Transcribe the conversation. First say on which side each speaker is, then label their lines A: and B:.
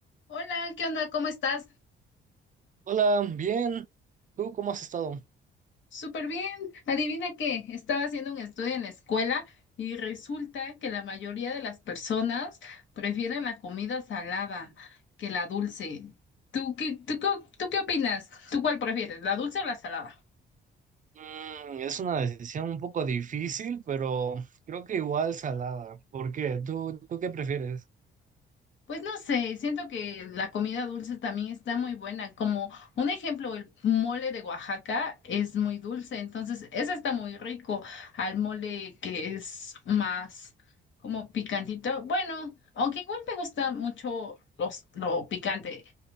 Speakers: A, on the left; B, on the right.
A: Hola, ¿qué onda? ¿Cómo estás?
B: Hola, bien. ¿Tú cómo has estado?
A: Súper bien. Adivina qué, estaba haciendo un estudio en la escuela y resulta que la mayoría de las personas prefieren la comida salada que la dulce. ¿Tú qué, tú, qué- tú qué opinas? ¿Tú cuál prefieres, la dulce o la salada?
B: Mm, es una decisión un poco difícil, pero creo que igual salada. ¿Por qué? ¿Tú, tú qué prefieres?
A: Pues no sé, siento que la comida dulce también está muy buena. Como un ejemplo, el mole de Oaxaca es muy dulce, entonces ese está muy rico al mole que es más como picantito. Bueno, aunque igual me gusta mucho los, lo picante.